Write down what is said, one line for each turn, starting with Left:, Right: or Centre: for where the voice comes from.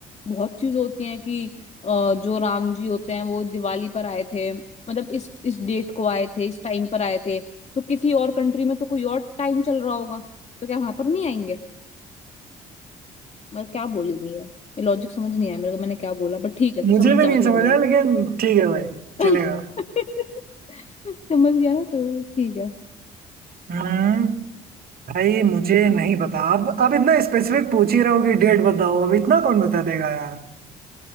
Left: बहुत चीज होती है कि अ, जो राम जी होते हैं वो दिवाली पर आए थे मतलब इस इस डेट को आए थे इस टाइम पर आए थे तो किसी और कंट्री में तो कोई और टाइम चल रहा होगा तो क्या वहां पर नहीं आएंगे मतलब क्या बोलेंगे ये ये लॉजिक समझ नहीं आया मेरे को मैंने क्या बोला बट ठीक है
Right: मुझे
Left: तू समझ
Right: भी
Left: जा
Right: नहीं
Left: मतलब
Right: समझ
Left: मेरा
Right: आया लेकिन ठीक है भाई
Left: <laughs>
Right: चलेगा
Left: समझ गया ना करो ठीक है
Right: हम्म भाई मुझे नहीं पता अब अब इतना स्पेसिफिक पूछ ही रहे हो कि डेट बताओ अब इतना कौन बता देगा यार